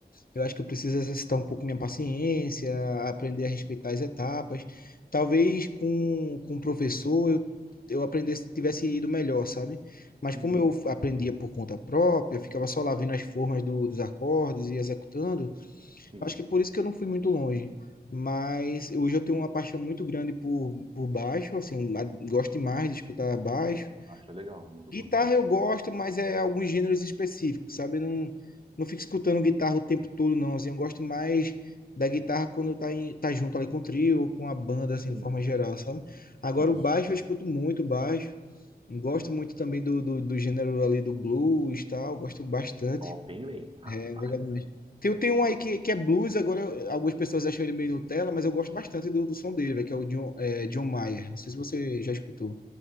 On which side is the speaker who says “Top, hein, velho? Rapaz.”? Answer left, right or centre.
Right